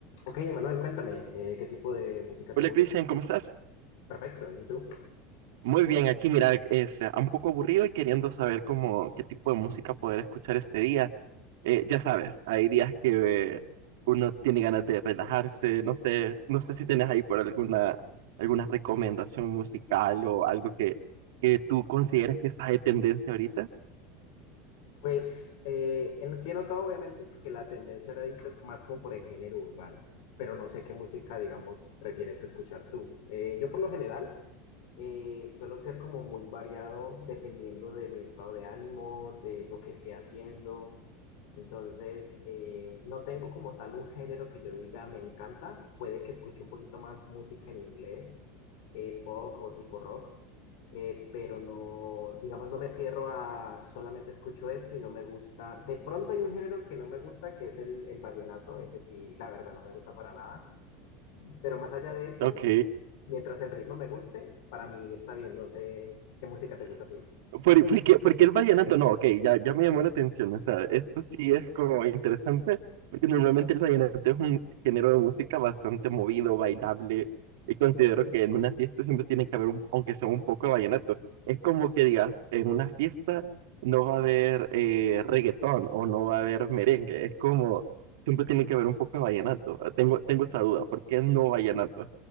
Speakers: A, on the left; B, on the right.
A: Ok, Manuel, cuéntame, eh, ¿qué tipo de música te
B: Hola
A: gusta?
B: Cristian, ¿cómo estás?
A: Perfecto, ¿y tú?
B: Muy bien, aquí mira, es eh, un poco aburrido y queriendo saber cómo, qué tipo de música poder escuchar este día. Eh, ya sabes, hay días que eh, uno tiene ganas de relajarse, no sé, no sé si tienes ahí por alguna, alguna recomendación musical o algo que, que tú consideras que está de tendencia ahorita.
A: Pues eh, en, sí he notado obviamente que la tendencia ahorita es más como por el género urbano, pero no sé qué música, digamos, prefieres escuchar tú. Eh, yo por lo general Eh, suelo ser como muy variado dependiendo de mi estado de ánimo, de lo que esté haciendo. Entonces, eh, no tengo como tal un género que yo diga me encanta. Puede que escuche un poquito más música en inglés, eh, pop o tipo rock, eh, pero no, digamos, no me cierro a solamente escucho esto y no me gusta. De pronto hay un género que no me gusta, que es el, el vallenato. Ese sí, la verdad, no me gusta para nada. Pero más allá de eso,
B: Ok,
A: mientras el ritmo me guste, para mí está bien. No sé qué música te gusta a ti.
B: ¿Por, porque porque el vallenato? No, ok, ya, ya me llamó la atención. O sea, esto sí es como interesante, porque normalmente el vallenato es un género de música bastante movido, bailable, y considero que en una fiesta siempre tiene que haber, un- aunque sea un poco de vallenato. Es como que digas, en una fiesta no va a haber eh, reggaetón o no va a haber merengue. Es como, siempre tiene que haber un poco de vallenato. Ah, Tengo, tengo esa duda, ¿por qué no vallenato?